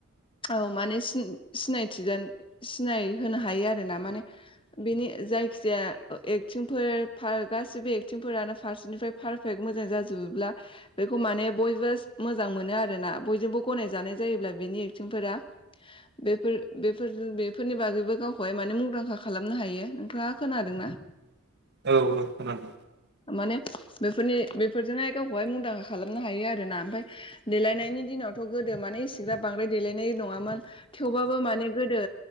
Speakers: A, on the left; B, on the right.
A: औ माने सिन सिनायथि जानो सिनाय होनो हायो आरो ना माने बेनि जायखिजाया एक्थिंफोर फार गासिबो एक्थिंफोरानो फारसेनिफ्राय फारफेक्ट मोजां जाजोबोब्ला बेखौ माने बयबो मोजां मोनो आरोना बयजोंबो गनायजानाय जायोब्ला बेनि एक्टिंफोरा बेफोर बेफोर बे बेफोरनि बागैबो गावखौहाय माने मुंदांखा खालामनो हायो नोंथाङा खोनादों ना
B: औ औ खोनादों
A: माने बेफोरनि बेफोरजोंहाय गावखौहाय मुंदांखा खालामनो हायो आरोना ओमफाय देलायनायनि दिनावथ' गोदो माने सिग्रा बांद्राय देलायनाय नङामोन थेवबाबो माने गोदो